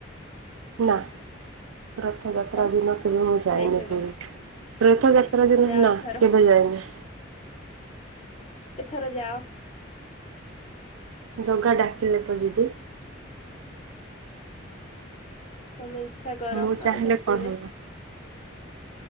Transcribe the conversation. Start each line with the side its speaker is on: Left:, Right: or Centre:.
Right: ନା। ରଥଯାତ୍ରା
Left: ହାଁ
Right: ଦିନ କେବେ ମୁଁ ଯାଇଏନି
Left: ଯାଇନୁ କେବେ?
Right: ପୁରୀ ରଥଯାତ୍ରା ଦିନ
Left: ଯାଅ
Right: ନା
Left: ଏଥର
Right: କେବେ ଯାଇଏନି।
Left: ଏଥର ଯାଅ।
Right: ଜଗା ଡାକିଲେ ତ ଯିବି।
Left: ତମେ ଇଚ୍ଛା କର
Right: ମୁଁ ଚାହିଁଲେ
Left: ଆଉ ଡାକିଦବେ।
Right: କଣ ହବ